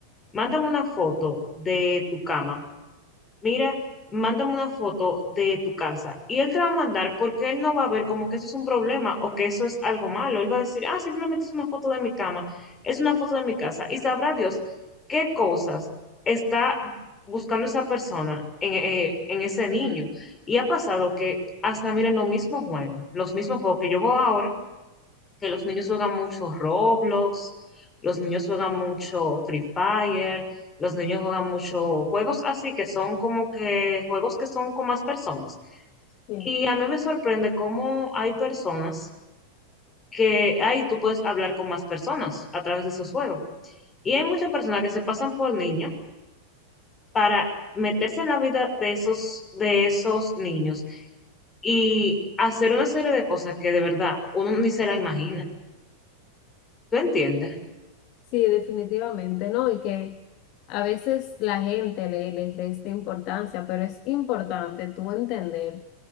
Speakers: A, on the left; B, on the left.
A: mándame una foto de tu cama mira, mándame una foto de tu casa. Y él te va a mandar porque él no va a ver como que eso es un problema o que eso es algo malo. Él va a decir, ah, simplemente es una foto de mi cama, es una foto de mi casa. Y sabrá Dios qué cosas está buscando esa persona en, eh, en ese niño. Y ha pasado que hasta, miren, los mismos juegos, los mismos juegos que yo veo ahora que los niños juegan mucho Roblox, los niños juegan mucho Free Fire, los niños juegan mucho juegos así que son como que juegos que son con más personas.
B: Sí,
A: Y a mí me sorprende cómo hay personas que ahí tú puedes hablar con más personas a través de esos juegos. Y hay muchas personas que se pasan por niños para meterse en la vida de esos, de esos niños y hacer una serie de cosas que de verdad uno ni se la imagina. ¿Tú entiendes?
B: sí, definitivamente, ¿no? Y que a veces la gente le, le resta importancia, pero es importante tú entender